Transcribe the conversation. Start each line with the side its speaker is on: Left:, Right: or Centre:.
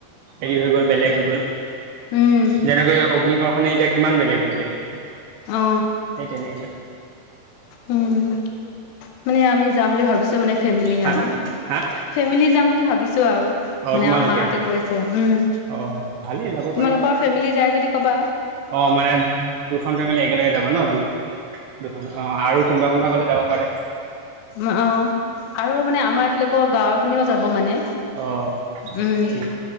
Right: হেৰি হৈ গ'ল বেলেগ হৈ গ'ল
Left: উম
Right: যেনেকৈ অগ্নিগড় খনে এতিয়া কিমান বেলেগ হৈ গ'লগে
Left: অ
Right: সেই তেনেকে
Left: উম মানে আমি যাম বুলি ভাবিছো মানে ফেমিলি
Right: হা
Left: আৰু
Right: হা
Left: ফেমিলি যাম বুলি ভাবিছো। আৰু
Right: অ
Left: মানে
Right: তোমালোকে
Left: আমাৰ মাহঁতে কৈ আছে উম
Right: অ ভালেই যাব
Left: তোমালোকৰ
Right: পাৰি
Left: ফেমিলি যাই যদি ক'বা
Right: অ মানে দুখন ফেমিলি একেলগে যাব ন? দু দুখন অ আৰু কোনোবা কোনোবা গ'লে যাব পাৰে।
Left: অ অ আৰু মানে আমাৰ <unintelligible> গাঁৱৰ খিনিও যাব মানে
Right: অ
Left: উম।
Right: ঠিক